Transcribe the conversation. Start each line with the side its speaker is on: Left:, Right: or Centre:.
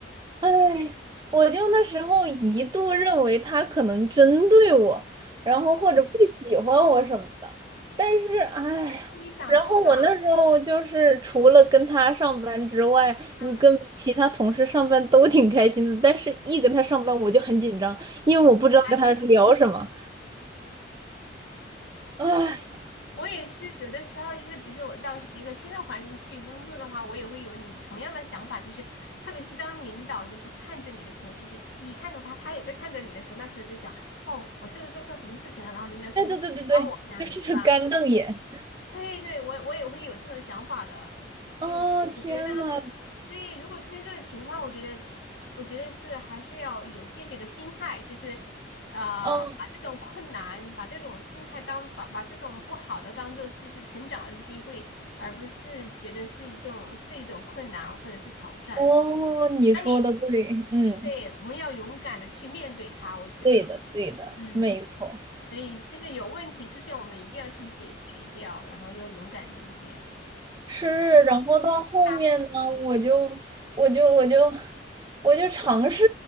Right: 哎我就那时候一度认为他可能针对我，然后或者不喜欢我什么的。但是，哎呀，
Left: 是你想多了。
Right: 然后我那时候就是除了跟他上班之外，
Left: 嗯，
Right: 嗯，跟其他同事上班都挺开心的。但是，一跟他上班我就很紧张，因为我不知道跟他聊什么。
Left: 你
Right: 哎，
Left: 我也是，有的时候就是，比如说我到一个新的环境去工作的话，我也会有你同样的想法，就是特别是当领导就是看着你的时候，就是你看着他，他也在看着你的时候，那个时候在想，哦，我是不是做错什么事情了？然后领导是不是不喜欢我这样子，
Right: 对对对对对，就是干瞪眼。
Left: 是吧？对对，我我也会有这种想法的，所以我我觉得，
Right: 哦，天呐，
Left: 对，如果出现这种情况，我觉得我觉得是还是要有积极的心态，就是呃，
Right: 哦
Left: 把这种困难，把这种心态当把把这种不好的当做就是成长的机会，而不是觉得是一种是一种困难或者是挑战。
Right: 哦，你说的对，
Left: 当你
Right: 嗯，
Left: 也对，我们要勇敢的去面对它，我觉得，
Right: 对的，对的，
Left: 嗯。
Right: 没错，
Left: 所以就是有问题出现，我们一定要去解决掉，然后要勇敢的一点，
Right: 是。
Left: 去把
Right: 然后到后面呢，
Left: 大问题，
Right: 我就我就我就我就尝试